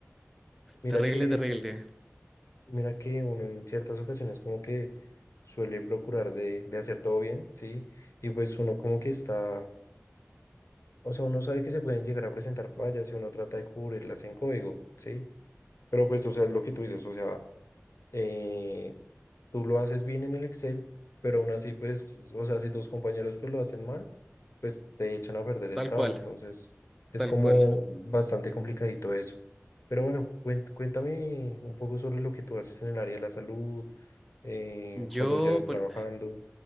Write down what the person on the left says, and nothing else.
mira
que,
mira que uno en ciertas ocasiones como que suele procurar de, de hacer todo bien, ¿sí? Y pues uno como que está, o sea, uno sabe que se pueden llegar a presentar fallas y uno trata de cubrirlas en código, ¿sí? Pero pues, o sea, es lo que tú dices, o sea, eh, tú lo haces bien en el Excel, pero aún así, pues, o sea, si tus compañeros pues lo hacen mal, pues te echan a perder
el trabajo.
Entonces, es
como
bastante complicadito eso. Pero bueno, cuen- cuéntame un poco sobre lo que tú haces en el área de la salud, eh,
cuando llevas trabajando.